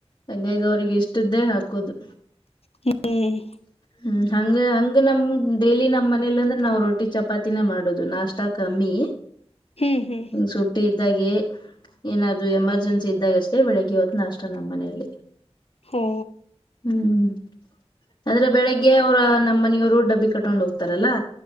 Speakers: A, on the left; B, on the left.
A: ಹಂಗಾಗಿ ಅವಿಗೆ ಇಷ್ಟ್ದೇ ಹಾಕೋದು
B: ಹ್ಮ್
A: ಹ ಹ್ಮ್ ಹಂಗ ಹಂಗ ನಮ್ ಡೈಲಿ ನಮ್ಮ್ ಮನೇಲಿ ಅಂದ್ರೆ ನಾವ್ ರೋಟಿ ಚಪಾತಿನೇ ಮಾಡೋುದು ನಾಷ್ಟ ಕಮ್ಮಿ
B: ಹ್ಮ್ ಹ್ಮ್
A: ಸುಟ್ಟಿ ಇದ್ದಾಗೆ ಏನಾದ್ ಎಮರ್ಜೆನ್ಸಿ ಇದ್ದಾಗ ಅಷ್ಟೇ ಬೆಳಿಗ್ಗೆ ದ್ತನ ಅಷ್ಟ ನಮ್ಮ ಮನೆಯಲ್ಲಿ
B: ಹ್ಮ್
A: ಹ್ಮ್ ಅಂದ್ರೆ ಬೆಳಿಗ್ಗೆ ಅವರ ನಮ್ಮ ಮನಿಯವರು ಡಬ್ಬಿ ಕಟ್ಕೊಂಡು ಹೋಗ್ತಾರಲ್ಲಾ